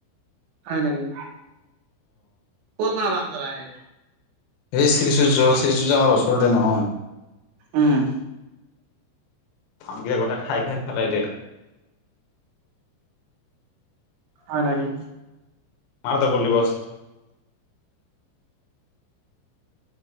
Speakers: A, on the right (about 75°); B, on the left (about 75°).
A: হয় নেকি? <unintelligible> কৰ পৰা বান্দৰ আহে?
B: সেই শ্ৰীসূৰ্য শ্ৰীসূৰ্য আমাৰ ওচৰতে নহয়।
A: উম।
B: আম গিটা গতে খাই খাই ফেলাই দে।
A: হয় নেকি?
B: <unintelligible>